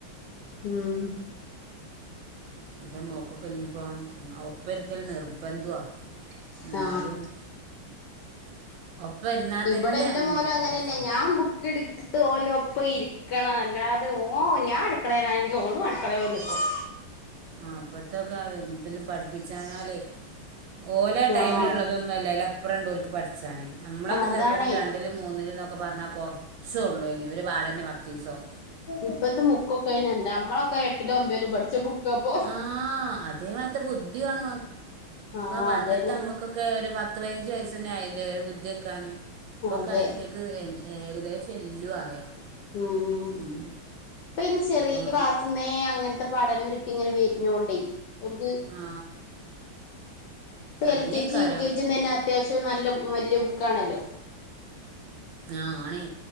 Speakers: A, on the left (about 75°); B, on the right (about 75°).
A: മ്ഉം
B: എന്റെ മോൾക്ക് കഴിഞ്ഞപ്പോ അവൾക്ക് ഒരിക്കൽ നിർബന്ധവാ എന്നാലും
A: ആ
B: <inaudible> ഇരുന്നാൽ
A: ഇവിടെ
B: തന്നെ
A: എന്റെ മോന് അങ്ങനെതന്നെയ
B: പഠിച്ചു
A: ഞാൻ ബുക്ക് എടുത്ത് ഓന്റെ ഒപ്പം ഇരിക്കണ അല്ലാതെ ഓ ഞാൻ അടുക്കളേനാണെങ്കിൽ ഓനും അടുക്കള വന്ന് നിക്കും
B: ആ അപ്പത്തൊക്കെ ഇതിലും പഠിപ്പിച്ചാഞ്ഞാലെ ഓല ടൈമിനുള്ളതൊന്നുമല്ല
A: ആഹ്
B: അതിൽ അപ്പുറണ്ട് പഠിച്ചാണ് നമ്മളൊക്കെ
A: അതാണേ
B: ചെറുപ്പത്തിൽ രണ്ടിലും മൂന്നിലും എന്നൊക്കെ പറഞ്ഞാൽ കുറച്ചേള്ളൂ ഇനി ഒരു പാട തീസം
A: ഇപ്പോഴത്തെ ബുക്ക് ഒക്കെ എന്ത നമ്മളൊക്കെ എട്ടിലും ഒമ്പേലും പഠിച്ച ബുക്കാപ്പൊ
B: ആ അതേമാറ്റ ബുദ്ധിയാണ്
A: ആഹ്
B: ആ പണ്ടത്തെ
A: അതന്നെ
B: നമ്മക്കൊക്കെ ഒരു പത്ത് പതിനഞ്ച് വയസ്സ് തന്നെ ആയില്ലേ ബുദ്ധി വയ്ക്കാൻ ഇപ്പൊ
A: അതെ
B: കയറ്റക്ക് ഏകദേശം എല്ലു അറിയാം
A: മ് മ്
B: ഉം
A: ഇപ്പൊ ഇനി ചെറിയ
B: അപ്പം
A: ക്ലാസിന്നെ അങ്ങനത്തെ പഠനം കിട്ടി ഇങ്ങനെ വരുന്നണ്ടോ ഒരുക്ക്
B: ആ
A: ഇപ്പൊ എൽ
B: അതന്നെ
A: കെജി
B: കാര്യം
A: യു കെ ജിയും തന്നെ അത്യാവശ്യം നല്ല വലിയ ബുക്കാണല്ലോ
B: ആ ആണേ